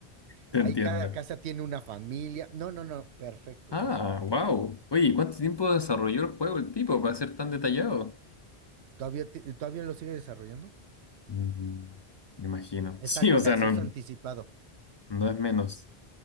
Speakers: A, on the left; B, on the right.
A: Te
B: Ahí
A: entiendo.
B: cada casa tiene una familia. No, no, no, perfecto,
A: Ah,
B: ¿eh?
A: wow. Oye, ¿cuánto tiempo desarrolló el juego el tipo para ser tan detallado?
B: Todavía, te- todavía lo sigue desarrollando.
A: Mm, me imagino.
B: Está
A: <laughs> Sí,
B: con
A: o sea,
B: acceso
A: no,
B: anticipado.
A: no es menos.